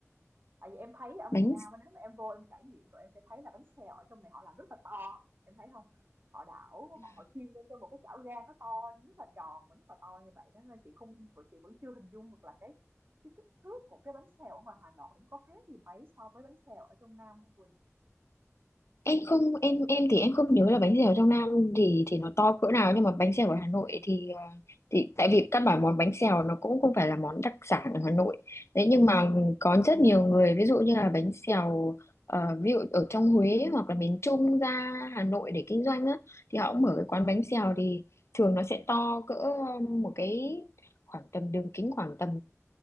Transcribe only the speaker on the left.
bánh
em không em em thì em không nhớ là bánh xèo trong Nam thì thì nó to cỡ nào nhưng mà bánh xèo ở Hà Nội thì ờ, thì tại vì căn bản món bánh xèo nó cũng không phải là món đặc sản ở Hà Nội đấy nhưng mà có rất nhiều người ví dụ như là bánh xèo ờ, ví dụ ở trong Huế hoặc là miền Trung ra Hà Nội để kinh doanh á thì họ cũng
mở cái quán bánh xèo thì thường nó sẽ to cỡ một cái khoảng tầm đường kính khoảng tầm